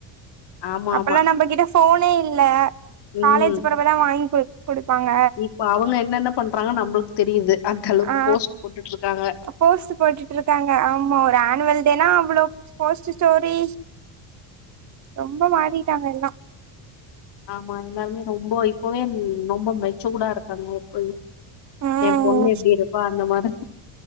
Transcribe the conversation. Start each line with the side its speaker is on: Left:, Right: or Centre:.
Left: ஆமாமா.
Right: அப்பல்லா நம்மகிட்ட ஃபோனே இல்ல
Left: ம்.
Right: காலேஜ் போறவதா வாங்கி குடு குடுப்பாங்க
Left: இப்ப அவுங்க என்னென்ன பண்றாங்கு நம்மளுக்கு தெரியுது அந்த அளவுக்கு
Right: ஆ
Left: போஸ்ட் போட்டுட்டு இருக்காங்க
Right: போஸ்ட் போட்டுட்டு இருக்காங்க ஆமா ஒரு ஆனுவல் டேனா அவ்ளோ போஸ்ட் ஸ்டோரி ரொம்ப மாறிட்டாங்க எல்லா
Left: ஆமா எல்லாருமே ரொம்ப இப்பவே ரொம்ப மெச்சுடா இருக்காங்க இப்ப
Right: ம்
Left: ஏ பொண்ணு எப்டி இருப்பா அந்த மாதிரி